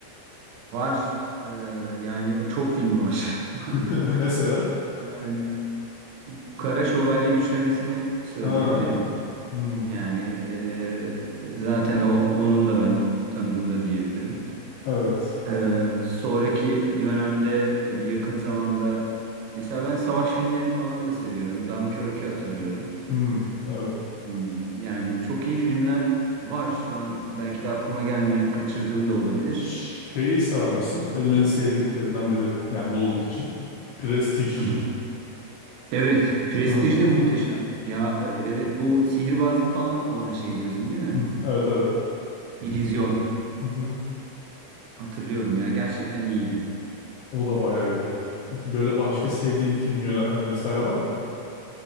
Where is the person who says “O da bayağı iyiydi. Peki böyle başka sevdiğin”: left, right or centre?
Left